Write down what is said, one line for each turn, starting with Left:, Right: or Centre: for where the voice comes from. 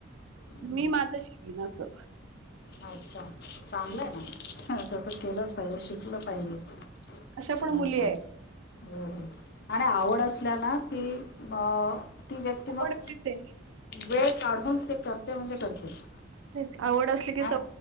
Left: हं.
Right: मी माझं शिकन असं
Left: अच्छा चांगलंय ना हा तस केलंच पाहिजे शिकलं पाहिजे
Right: अशा
Left: शिवण
Right: पण मुली
Left: काम
Right: आहेत
Left: हो हो आणि आवड असल्या ना की अ ती व्यक्ती
Right: आवड
Left: मग
Right: मिळते
Left: वेळ काढून ते करते म्हणजे करतेच
Right: तेच आवड असली की
Left: हा